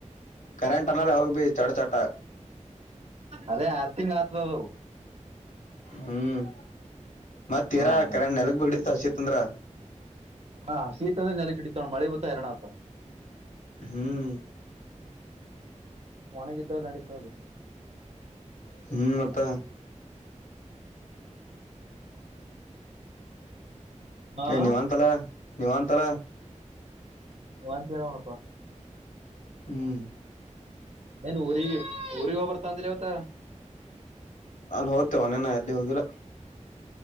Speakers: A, on the left; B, on the right.
A: ಕರೆಂಟ್ ಅನ್ನಾಲ ಅವಾಗ ಬಿ ಚಟ ಚಟ
B: ಅದೇ ಆರ್ ತಿಂಗ್ ಆದತ ಅದು
A: ಹ್ಮ್ ಮತ್ತೀರಾ
B: ಹಾ ಹಾ
A: ಕರಾಣ ನೆಲಗ್ ಬಿಡಿತ್ತ ಹಸೀತ್ಂದ್ರ
B: ಹಾ ಶೀತ ಅಂದ್ರೆ ನೆಲೆ ಕಿಡಿತವ ಮಳೆ ಬತ್ತಾ ಹರರಣ ಆತ
A: ಹ್ಮ್
B: ಒಣಗಿದ್ದಾಗ ನಡೀತದ
A: ಹ್ಮ್ ಮತ್ತ
B: ಹಾ
A: ಏ ನಿವಂತಲ ನಿವಂತಲ
B: ವಂತದ ಅವಣಪ್ಪಾ
A: ಹ್ಮ್
B: ಏನ್ ಊರಿಗೆ ಊರಿಗೆ ಹೋಗ್ ಬರ್ತಾ ಅಂದಿಲ್ಲ ಇವತ್ತ
A: ಅಲ್ಲಿ ಹೋಗದ್ತೇವನೇನ ಎಲ್ಲಿ ಹೋಗಿಲ್ಲ